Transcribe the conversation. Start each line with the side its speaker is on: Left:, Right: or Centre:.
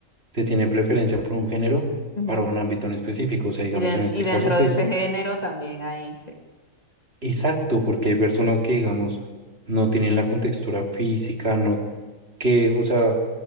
Right: te tiene preferencia por un género
Left: Ujú.
Right: para un ámbito en específico. O sea, digamos,
Left: Y, den-
Right: en este
Left: y dentro
Right: caso, pues,
Left: de ese género también hay, sí.
Right: exacto, porque hay personas que, digamos, no tienen la contextura física, no, que, o sea,